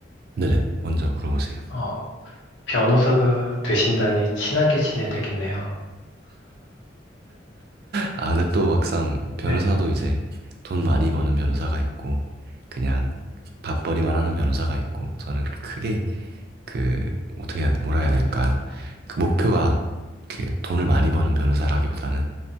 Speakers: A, on the right (about 55°); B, on the left (about 85°).
A: 네네, 먼저 물어보세요.
B: 어, 변호사가 되신다니 친하게 지내야 되겠네요.
A: 아, 근데 또 막상 변호사도
B: 네.
A: 이제 돈 많이 버는 변호사가 있고, 그냥 밥벌이만 하는 변호사가 있고, 저는 그렇게 크게 그, 어떻게 해야, 뭐라 해야 될까. 그 목표가 이렇게 돈을 많이 버는 변호사라기보다는